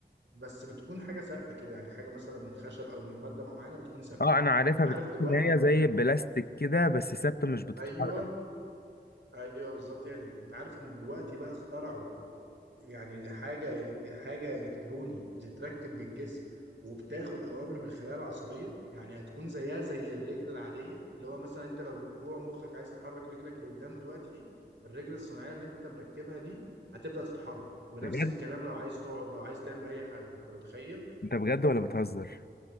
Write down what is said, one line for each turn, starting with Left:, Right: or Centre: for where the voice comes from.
Right: بس بتكون حاجة ثابتة كده يعني حاجة مثلا خشب أو من مادة معينة بتكون ثابتة
Left: اه انا عارفها
Right: أنت
Left: بتحس
Right: عارف دلوقتي
Left: ان هي زي البلاستيك كده بس ثابته مش بتتحرك
Right: أيوه أيوه بالظبط هي دي أنت عارف إن دلوقتي بقى اخترعوا يعني حاجة إلك- حاجة إلكتروني بتتركب بالجسم وبتاخد أوامر من الخلايا العصبية يعني هتكون زيها زي الرجل العادية اللي هو مثلا أنت لو جوه مخك عايز تحرك رجلك لقدام دلوقتي الرجل الصناعية اللي أنت مركبها دي هتبدأ تتحرك ونفس
Left: بجد
Right: الكلام لو عايز تقعد لو عايز تعمل أي حاجة أنت متخيل؟
Left: انت بجد ولا بتهزر